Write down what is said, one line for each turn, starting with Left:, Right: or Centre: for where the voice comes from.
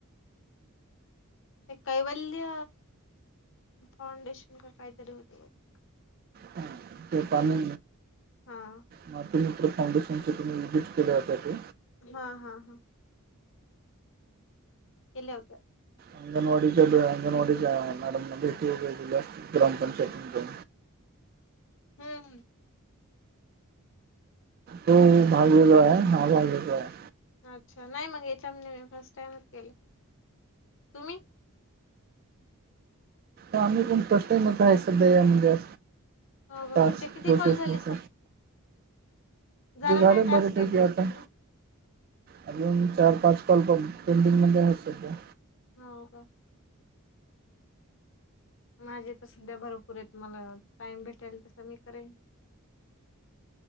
Left: ते कैवल्य फाउंडेशन का कायदा देऊत <inaudible>
Right: हा, पाणी
Left: हां.
Right: मातुमित्र फाउंडेशनचे तुम्ही विजिट केले होत्या ते
Left: हा हा हा केल् होत
Right: अंगणवाडीच्या अंगणवाडीच्या मॅडम भेटी उे दिले अस ग्रामपंचायतीून
Left: हम्म
Right: तो भागलेेतला आहे हा भागलेेतो आहे
Left: अच्छा नाही मग याच्यामध्ये मी फर्स्ट टाइमच केला तुम्ही
Right: आम्ही कोण फर्स्ट टाइम होत आहे सध्या या म्हणजे
Left: हो का.
Right: टास्क
Left: तुमचे किती
Right: प्रोसेस
Left: कॉल झाले
Right: नस
Left: सर? झाला
Right: गार
Left: नाही टास्क
Right: बर ठठीक
Left: एक पण
Right: आहे आता
Left: कंप्लीट?
Right: अजून चार पाच कॉल्प पेंडिंग मध्ये आहेत सध्या
Left: हो का माझे तर सध्या भरपूर आहेतेत मला टाइम भेटायल तस मी करेन